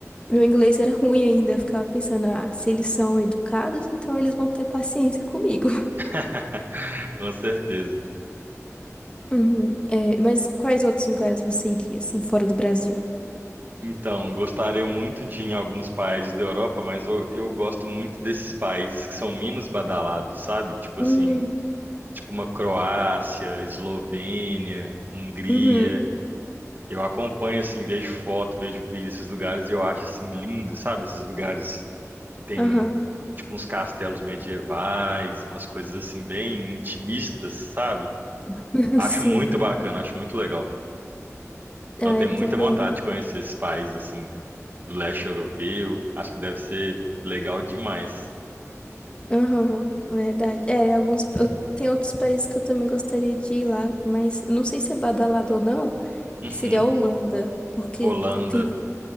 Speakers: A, on the left (about 20°); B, on the right (about 35°).
A: Meu inglês era <laughs> ruim ainda, eu ficava pensando, ah, se eles são educados, então eles vão ter paciência comigo.
B: <laughs> Com certeza.
A: Uhum. É, mas quais outros lugares você iria, assim, fora do Brasil?
B: Então, gostaria muito de ir em alguns países da Europa, mas eu, eu gosto muito desses países que são menos badalados, sabe? Tipo
A: Hum,
B: assim, tipo uma Croácia, Eslovênia, Hungria.
A: uhum,
B: Eu acompanho assim, vejo foto, vejo vídeo desses lugares e eu acho assim lindo, sabe? Esses lugares que tem
A: aham.
B: tipo uns castelos medievais, umas coisas assim bem intimistas, sabe?
A: <laughs>
B: Acho
A: Sim.
B: muito bacana, acho muito legal. Então,
A: Ah,
B: tenho
A: eu também.
B: muita vontade de conhecer esses países assim. do leste europeu. Acho que deve ser legal demais.
A: Aham, verdade. É, alguns. eu- tem outros países que eu também gostaria de ir lá, mas eu não sei se é badalado ou não,
B: Uhum.
A: que seria a Holanda. Porque
B: Holanda.
A: teve,